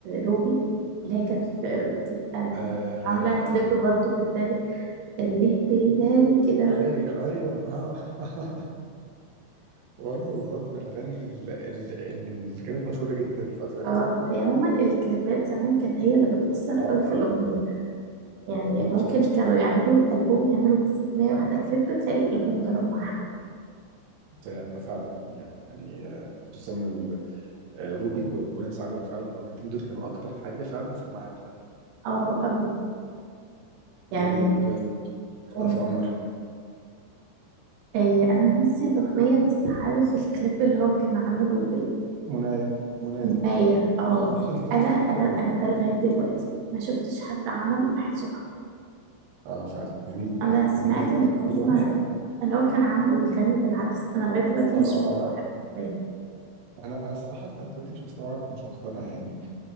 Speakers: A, on the right (about 80°); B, on the right (about 65°).
A: روبي اللي هي كانت بتبقى
B: آه
A: عاملة كليب برضو بتداري اللي بيداري كده
B: فاري أيوه آه <laughs> برضه برضه من الأغاني ال- ال- ال- اللي كانت مشهورة جدا الفترة دي
A: اه هي عموما الكليبات زمان كانت هي اللي بتأثر قوي
B: اه
A: في الأغنية يعني
B: ومصطفى
A: ممكن كانوا يعملوا الألبوم يعملوا بس أغنية
B: اه
A: واحدة كليب تلاقي الألبوم ضرب معاها
B: ده ده فعلا يعني آه، خصوصا ال- آه، روبي و- ونانسي عجرم فعلا الأغنيتين دول كانوا أكتر حاجة فعلا سمعت وقتها
A: اه قوي يعني
B: طيب آم، مصطفى
A: قول
B: قمر
A: إيه أنا ناسية الأغنية بس عارف الكليب اللي هو كان عامله
B: منايا منايا
A: بالأغنية اه
B: منايا
A: أنا
B: <laughs>
A: أنا
B: ايوه
A: أنا ده لغاية دلوقتي ما شفتش حد عمل واحد شبهه
B: اه فعلا جميل
A: أنا سمعت
B: جميل جدا
A: إن هما
B: الأغنية
A: إن هو كان عامله بيغني بالعكس أنا لغاية دلوقتي
B: اه
A: مش مستوعبة إزاي
B: انا انا الصراحة لحد دلوقتي مش مستوعب ومش مقتنع يعني